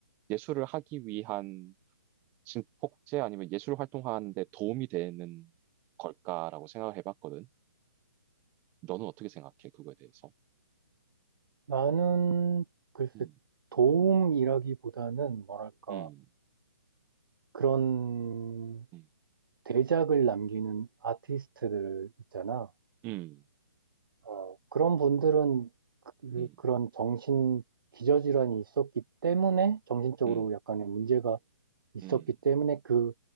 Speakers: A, on the right (about 15°); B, on the right (about 75°).
A: 예술을 하기 위한 진폭제 아니면 예술 활동하는 데 도움이 되는 걸까라고 생각을 해봤거든. 너는 어떻게 생각해? 그거에 대해서?
B: 나는 글쎄
A: 음,
B: 도움이라기보다는 뭐랄까
A: 음,
B: 그런
A: 음,
B: 대작을 남기는 아티스트들 있잖아.
A: 음,
B: 어, 그런 분들은 그,
A: 음,
B: 그런 정신 기저질환이 있었기 때문에 정신적으로
A: 음,
B: 약간의 문제가 있었기
A: 음,
B: 때문에 그